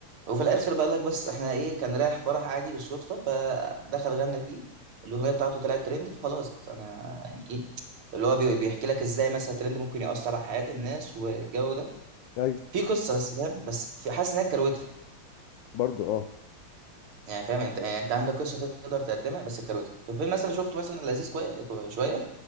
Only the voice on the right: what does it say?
وفي الاخر بقى لك بس احنا ايه كان رايح فرح عادي بالصدفه فدخل غنى فيه الاغنيه بتاعته طلعت ترند فخلاص انا يعني ايه اللي هو بي- بيحكي لك ازاي مثلا الترند ممكن يأثر على حياه الناس والجو ده
في قصه بس فاهم بس في حاسس انها كروته
يعني فاهم انت يعني انت عندك قصه تقدر تقدمها بس الكروت في فيلم مثلا شفته مثلا لذيذ كوي... كو- شويه